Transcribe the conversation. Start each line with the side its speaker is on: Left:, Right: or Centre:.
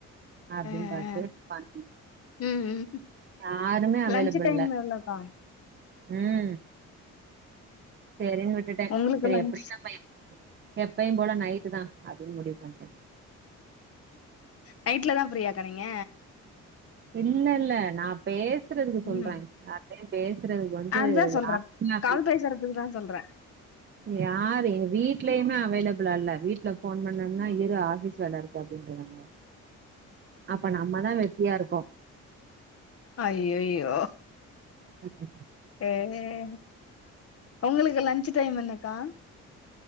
Right: அப்டின்னு
Left: ஆ
Right: பாத்து
Left: ஆ
Right: பண்
Left: ம் ம்
Right: யாருமே அவைலபுல்
Left: லன்ச் டைம்
Right: இல்ல
Left: எவ்ளோக்கா
Right: ம் சேரின்னு விட்டுட்டே
Left: உங்களுக்கு
Right: சரி
Left: லன்ச்
Right: எப்டியு நம்ம எப்பயு போல நைட்டு தா அப்டின் முடிவு பண்ட்டே
Left: நைட்ல தான் ஃப்ரீயாக்கா நீங்க
Right: இல்ல இல்ல நா பேஸ் சுறதுக்கு சொல்றே
Left: ம்
Right: ஆசையா பேசுறதுக்கு வந்து
Left: அதுதா
Right: யா <unintelligible>
Left: கால் பேசுறதுக்கு சொல்றே சொல்றே
Right: யாரு எங்க வீடலயுமே அவைலபிளா இல்ல வீட்ல ஃபோன் பண்ணனா இரு ஆஃபீஸ் வேல இருக்கு அப்டின்றாங்க அப்ப நம்மதா வெட்டியா இருக்கோ
Left: அய்யய்யோ
Right: உ உ
Left: ஏங்க உங்களுக்கு லன்ச் டைம் என்னக்கா